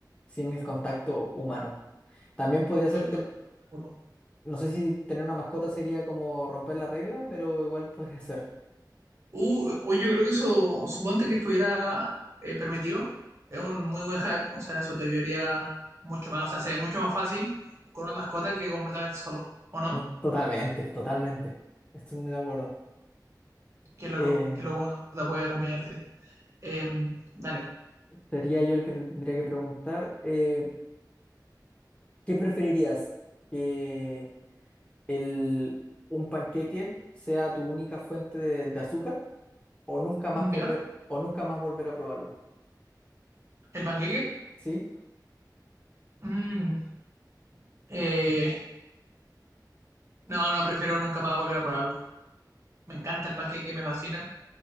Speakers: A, on the left; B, on the right.
A: sin el contacto humano. También podría
B: Estoy
A: ser, ten-
B: totalmente de acuerdo.
A: no sé si tener una mascota sería como romper la regla, pero igual podría ser.
B: Uh, hoy yo creo que eso, suponte que estuviera eh, permitido, es un muy buen hack, o sea, eso te ayudaría mucho más, o sea, sería mucho más fácil con una mascota que completamente solo, ¿o no?
A: No, totalmente, totalmente. Estoy muy de acuerdo.
B: Qué loco,
A: Eh,
B: qué loco una mascota puede acompañarte. Em, dale,
A: sería yo el que te tendría que preguntar. Eh, ¿Qué preferirías? ¿Que el, un panqueque sea tu única fuente de, de azúcar o nunca más
B: ¿Ya?
A: volver, o nunca más volver a probarlo?
B: ¿El panqueque?
A: ¿Sí?
B: Mm, eh, No, no, prefiero nunca más volver a probarlo. Me encanta el panqueque, me fascina,